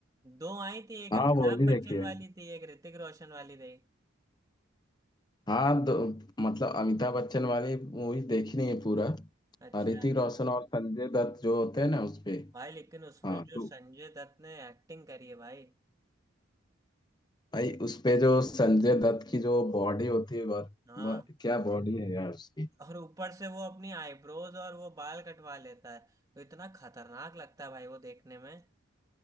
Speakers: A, on the right; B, on the left.
A: दो आई थी एक
B: हाँ
A: अमिताभ
B: वो भी देखी
A: बच्चन
B: है
A: वाली थी एक ऋतिक रोशन वाली थी
B: हाँ दो मतलब अमिताभ बच्चन वाली मूवी देखी नहीं है पूरा
A: अच्छा
B: और ऋतिक रोशन और संजय दत्त जो होते हैं ना उसपे
A: भाई लेकिन उसमें
B: हाँ
A: जो
B: तो
A: संजय दत्त ने एक्टिंग करी है भाई
B: भाई उसपे जो संजय दत्त की जो बॉडी होती है वर,
A: हाँ
B: व- क्या बॉडी है यार उसकी
A: और ऊपर से वो अपनी आईब्रोज और वो बाल कटवा लेता है तो इतना खतरनाक लगता है भाई वो देखने में